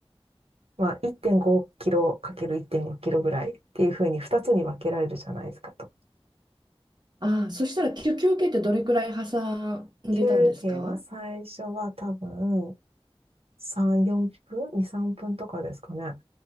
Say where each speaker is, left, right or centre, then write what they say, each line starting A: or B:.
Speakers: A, on the right; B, on the right.
A: まあ1.5キロかける1.5キロぐらいっていうふうに2つに分けられるじゃないですかと。
B: ああ、そしたら休休憩ってどれくらい挟んでたんですか
A: 休憩は最初は多分3、4分 ?2、3分とかですかね。